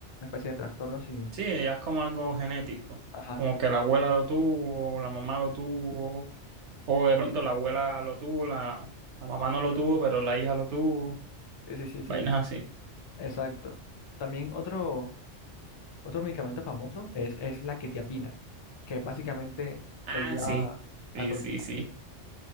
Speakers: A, on the left; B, on the right.
A: especie de trastorno sin
B: Sí, ya es como algo genético,
A: Ajá,
B: como que la abuela lo tuvo, o la mamá lo tuvo, o de pronto la abuela lo tuvo, la, la mamá no lo tuvo, pero la hija lo tuvo,
A: sí, sí, sí, sí,
B: vainas así.
A: exacto. También otro, otro medicamento famoso es, es la quetiapina, que básicamente
B: Ah,
A: le ayuda
B: sí,
A: a,
B: sí,
A: a controlar
B: sí, sí.